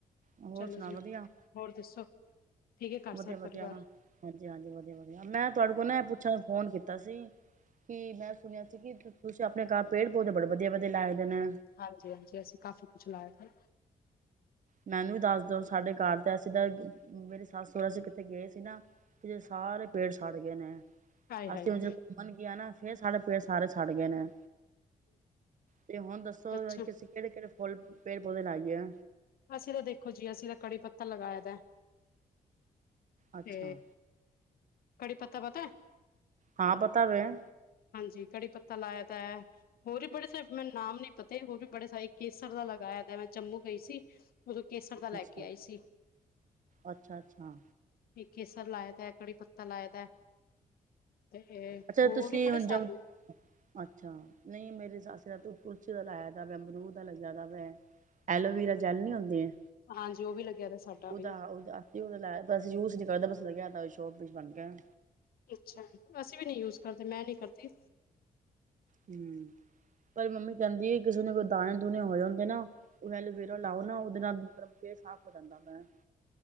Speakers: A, on the right; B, on the left.
A: ਹੋਰ
B: ਚਲੋ
A: ਸੁਣਾ
B: ਜੀ
A: ਵਧੀਆ
B: ਹੋਰ ਦੱਸੋ? ਠੀਕ ਹੈ ਕਰ
A: ਵਧੀਆ
B: ਸਬ
A: ਵਧੀਆ
B: ਪਰਵਾਰ?
A: ਹਾਂਜੀ ਹਾਂਜੀ, ਵਧੀਆ ਵਧੀਆ ਮੈਂ ਤੁਹਾਡੇ ਕੋਲ ਨਾ ਏ ਪੁੱਛਣ ਵਾਸਤੇ ਫੋਨ ਕੀਤਾ ਸੀ। ਕੀ ਮੈਂ ਸੁਣਿਆ ਸੀ ਕਿ ਤੁਸੀਂ ਆਪਣੇ ਘਰ ਪੇੜ ਪੌਦੇ ਬੜੇ ਵਧੀਆ ਵਧੀਆ ਲਾਏ। ਦੇ ਨੇ
B: ਹਾਂਜੀ ਹਾਂਜੀ, ਅਸੀਂ ਕਾਫ਼ੀ ਕੁਛ ਲਾਇਆ ਸੀ।
A: ਮੈਨੂੰ ਵੀ ਦੱਸਦੋ ਸਾਡੇ ਘਰ ਤੇ ਅਸੀਂ ਤਾਂ ਮੇਰੇ ਸੱਸ ਸਹੁਰੇ ਅਸੀਂ ਕਿੱਥੇ ਗਏ ਸੀ ਨਾ ਤੇ ਸਾਰੇ ਪੇੜ ਸੜ ਗਏ ਨੇ,
B: ਹਾਏ ਹਾਏ
A: ਅਸੀਂ ਹੁਣ ਜਦੋਂ ਘੁੰਮਣ ਗਿਆ ਆ ਨਾ ਫੇਰ ਸਾਡੇ ਪੇੜ ਸਾਰੇ ਸੜ ਗਏ ਨੇ। ਤੇ ਹੁਣ ਦੱਸੋ
B: ਅੱਛਾ
A: ਕੀ ਅਸੀਂ ਕਿਹੜੇ ਕਿਹੜੇ ਫੁੱਲ ਪੇੜ ਪੌਦੇ ਲਾਈ ਏ।
B: ਅਸੀਂ ਤਾਂ ਦੇਖੋ ਜੀ ਅਸੀਂ ਤਾਂ ਕੜੀ ਪੱਤਾ ਲਗਾਇਆ ਦਾ।
A: ਅੱਛਾ।
B: ਤੇ ਕੜੀ ਪੱਤਾ ਪਤਾ।
A: ਹਾਂ ਪਤਾ ਵੈ।
B: ਹਾਂਜੀ ਕੜੀ ਪੱਤਾ ਲਾਏ ਦਾ ਐ। ਹੋਰ ਵੀ ਬੜੇ ਸਾਰੇ ਮੈਨੂੰ ਨਾਮ ਨੀ ਪਤੇ ਹੋਰ ਵੀ ਬੜੇ ਸਾਰੇ ਕੇਸਰ ਦਾ ਲਗਾਇਆ ਦਾ ਮੈਂ ਜੰਮੂ ਗਈ ਸੀ। ਉਦੋਂ ਕੇਸਰ ਦਾ ਲੈ
A: ਅੱਛਾ।
B: ਕੇ ਆਈ ਸੀ।
A: ਅੱਛਾ ਅੱਛਾ
B: ਕੇਸਰ ਲਾਏ ਦਾ ਕੜੀ ਪੱਤਾ ਲਾਏ ਦਾ। ਤੇ
A: ਅੱਛਾ
B: ਹੋਰ
A: ਤੁਸੀਂ
B: ਵੀ ਬੜੇ
A: ਹੁਣ
B: ਸਾਰੇ
A: ਜਬ ਅੱਛਾ, ਨਹੀਂ ਮੇਰੇ ਸੱਸ ਦਾ ਤੂੰ ਕੁਲਚੇ ਦਾ ਲਾਇਆ ਦਾ ਅਮਰੂਦ ਦਾ ਲੱਗਿਆ ਦਾ ਵਾ। ਐਲੋਵੀਰਾ ਜੈਲ ਨਹੀਂ ਹੁੰਦੀ ਐ
B: ਹਾਂਜੀ ਉਹ ਵੀ ਲੱਗਿਆ ਦਾ ਸਾਡਾ ਵੀ
A: ਉਦਾ ਉਦਾ। ਨਹੀਂ ਓਦਾਂ ਲਾਇਆ ਬਸ ਯੂਜ ਨੀ ਕਰਦਾ ਬਸ <unintelligible> ਲਿਆ <unintelligible> ਬਣ ਗਿਆ।
B: ਅੱਛਾ ਜੀ ਅਸੀਂ ਵੀ ਨੀ ਯੂਜ ਕਰਦੇ ਮੈਂ ਨੀ ਕਰਦੀ।
A: ਹੂੰ। ਪਰ ਮੰਮੀ ਕਹਿੰਦੀ ਆ ਕਿਸੇ ਨੂੰ ਕੋਈ ਦਾਣੇ ਦੂਣੇ ਹੋ ਜਾਂਦੇ ਨਾ ਓ ਐਲੂਵੀਰਾ ਲਾਓ ਨਾ ਉਹਦੇ ਨਾਲ ਮਤਲਬ, ਫੇਸ ਸਾਫ ਹੋ ਜਾਂਦਾ ਵੈ।